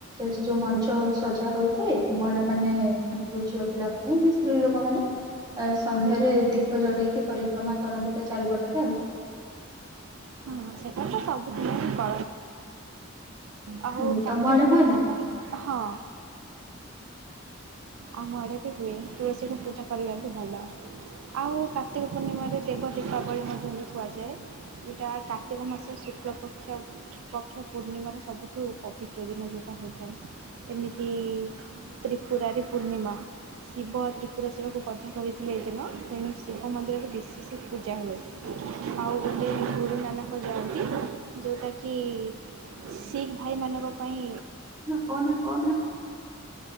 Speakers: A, on the right; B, on the right.
A: ଯ ଯୋଉ ମଞ୍ଚ ସଜା ହୋଇଥାଏ ମହିଳା ମାନେ ମାନେ ଯୋଉ ଝିଅ ପିଲାମାନେ ସ୍ତ୍ରୀ ଲୋକମାନେ ଅ ସନ୍ଧ୍ୟାରେ ଦୀପ ଜଳେଇକି ପରିକ୍ରମା କରନ୍ତି ତା ଚାରିପଟରେ ଆଉ।
B: ହଁ ସେଇଟା ତ ସବୁ <unintelligible> ଆଉ
A: ହୁଁ ତମ
B: କାର୍ତ୍ତିକ
A: ଆଡେ
B: ପୂର୍ଣ୍ଣିମା
A: ହୁଏ ନା
B: ହଁ। ଆମ ଆଡ଼େ ବି ହୁଏ ତୁଳସୀକୁ ପୂଜା କରିବା ବି ଭଲ। ଆଉ କାର୍ତ୍ତିକ ପୂର୍ଣ୍ଣିମାରେ ଦେବ ଦୀପାବଳି ମଧ୍ୟ ବି କୁହାଯାଏ। ଏଇଟା କାର୍ତ୍ତିକ ମାସ ଶୁକ୍ଲପକ୍ଷ ପକ୍ଷ ପୂର୍ଣ୍ଣିମାର ସବୁଠୁ ପବିତ୍ର ଦିନ ଯେଉଁଟା ହୋଇଥାଏ। ଏମିତି ତ୍ରିପୁରାରୀ ପୂର୍ଣ୍ଣିମା। ଶିବ ତ୍ରିପୁରସ୍ୱରକୁ ବଧ କରିଥିଲେ ଏ ଦିନ ତେଣୁ ଶିବ ମନ୍ଦିରରେ ବିଶେଷ ପୂଜା ହୁଏ। ଆଉ ଗୋଟେ ଗୁରୁ ନାନକ ଯାଆନ୍ତି ଯୋଉଁଟା କିି ଶିଖ୍ ଭାଇମାନଙ୍କ ପାଇଁ
A: କଣ କଣ?